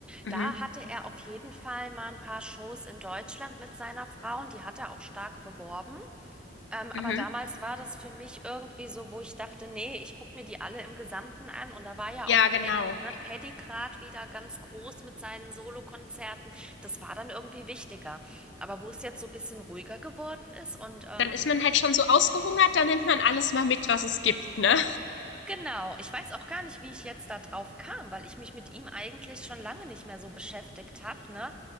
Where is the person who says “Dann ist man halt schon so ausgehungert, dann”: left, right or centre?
Left